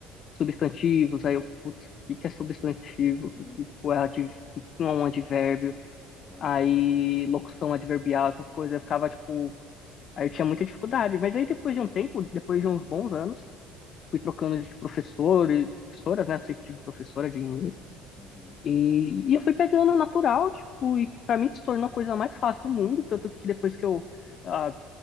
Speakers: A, on the left; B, on the left.
A: substantivos, aí eu, putz, o que que é substantivo? O que,
B: Sim,
A: que, tipo, é, adv- o que que é um advérbio?
B: exato.
A: aí locução adverbial, essas coisas, eu ficava, tipo, aí eu tinha muita dificuldade. Mas aí depois de um tempo, depois de uns bons anos, fui trocando de professor e professoras, né? Eu sempre tive professora de inglês.
B: Uhum.
A: E, e eu fui pegando natural, tipo, e pra mim se tornou a coisa mais fácil do mundo, tanto que depois que eu ah,